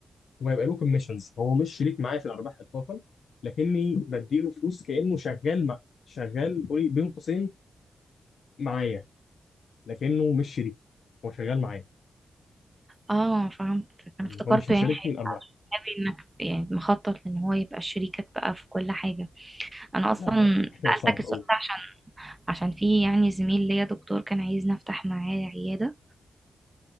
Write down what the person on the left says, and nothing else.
وهيبقى له كوميشنز هو مش شريك معايا في الارباح اطلاقا لكني بديله فلوس كانه شغال مع شغال قولي بين قوسين معايا لكنه مش شريك هو شغال معايا
يعني
هو مش هيشاركني
الارباح
لا <laughs> لا،
صعب
أوي